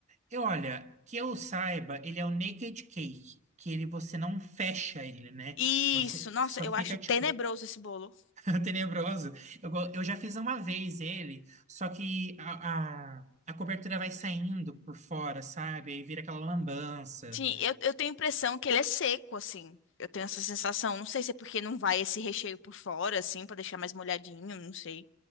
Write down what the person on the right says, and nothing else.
E olha, que eu saiba, ele é o Naked Cake, que ele você não fecha ele, né?
Você
só
fica,
tipo,
<laughs> tenebroso. Eu, go- eu já fiz uma vez ele, só que a, a, a cobertura vai saindo por fora, sabe? Aí vira aquela lambança.